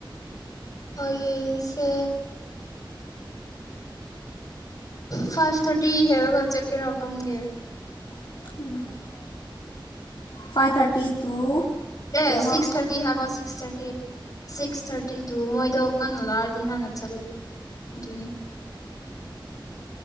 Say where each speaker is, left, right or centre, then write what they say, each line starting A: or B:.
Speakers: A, on the left; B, on the left.
A: ꯍꯥꯌꯦꯡꯁꯦ ꯐꯥꯏꯚ ꯊꯥꯔꯇꯤ ꯍꯦꯜꯂꯒ ꯆꯠꯀꯦꯔꯥ ꯈꯪꯗꯦ
B: <unintelligible> ꯐꯥꯏꯚ ꯊꯥꯔꯇꯤ ꯇꯨ
A: ꯑꯦ
B: ꯀꯌꯥꯐꯥꯎ
A: ꯁꯤꯛꯁ ꯊꯥꯔꯇꯤ ꯍꯥꯏꯕ six thirty six thirty two ꯃꯣꯏꯗꯣ ꯉꯥꯟꯅꯂꯥꯛꯑꯗꯤ ꯉꯥꯟꯅ ꯆꯠꯂꯦ ꯑꯗꯨꯅꯤ